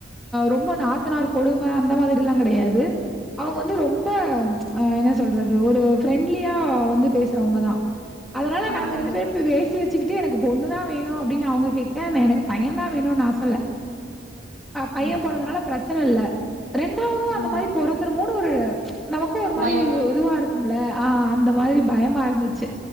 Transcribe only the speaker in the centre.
ரொம்ப நாத்தனார் கொடும அந்த மாதிரிலா கிடையாது அவங்க வந்து ரொம்ப என்ன சொல்றது ஒரு ஃப்ரெண்ட்லியா வந்து பேச ப்ரோ அவங்க தா அதனால
நாங்க
ரெண்டு பேரும் பேசி வச்சிக்கிட்டு எனக்கு பொண்ணு தான் வேணும் அப்டின்னு அவங்க கேக எனக்கு பையன் தான் வேணும் நா சொல்ல பையன்
போனால பிரச்சனை இல்ல. ரெண்டாவது அந்த
மாதிரந்த நமக்கும் ஒரு மாதிரி
இதுவா இருக்கும்ல அந்த மாதிரி பயம் மா இருந்துச்சு